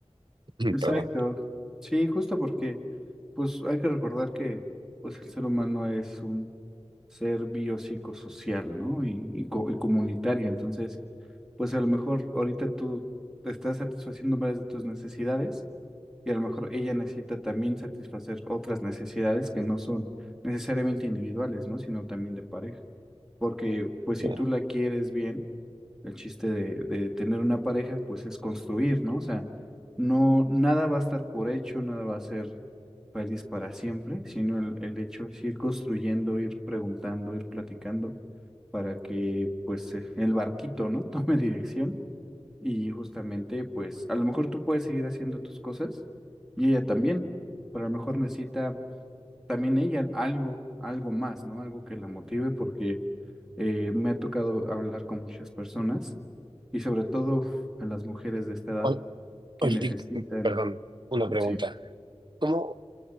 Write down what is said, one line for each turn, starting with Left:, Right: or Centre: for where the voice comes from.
Right: <clears throat>
Centre: Exacto.
Right: Perdón.
Centre: Sí, justo porque, pues hay que recordar que, pues el ser humano es un ser biopsicosocial, ¿no? Y, y, co- y comunitaria. Entonces, pues a lo mejor ahorita tú estás satisfaciendo varias de tus necesidades y a lo mejor ella necesita también satisfacer otras necesidades que no son necesariamente individuales, ¿no? Sino también de pareja. Porque, pues si
Right: Eh,
Centre: tú la quieres bien, el chiste de, de tener una pareja, pues es construir, ¿no? O sea, no, nada va a estar por hecho, nada va a ser feliz para siempre, sino el, el hecho es ir construyendo, ir preguntando, ir platicando para que pues eh, el barquito, ¿no? <laughs> Tome dirección y justamente pues a lo mejor tú puedes seguir haciendo tus cosas y ella también, pero a lo mejor necesita también ella algo, algo más, ¿no? Algo que la motive porque eh, me ha tocado hablar con muchas personas y sobre todo a las mujeres de esta edad
Right: oy-
Centre: que
Right: Oye,
Centre: necesitan,
Right: y- perdón, una pregunta.
Centre: sí.
Right: ¿Cómo,